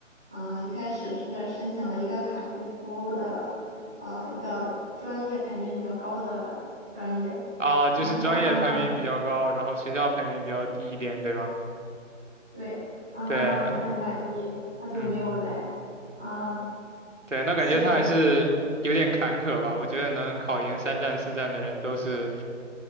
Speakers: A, in the centre; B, on the right.
A: 啊、一开始是申请了一个卡迪夫的，呃，一个专业排名比较高的专业。
B: 啊，就是专业排名比较高，
A: 然后他妈妈，
B: 然后学校排名比较低一点，对吗？
A: 对，然后他妈妈不太满意，
B: 对，
A: 他就没有来，
B: 嗯，
A: 啊、
B: 对，那感觉他还是有点坎坷吧？
A: 所以，
B: 我觉得能考研三战四战的人都是，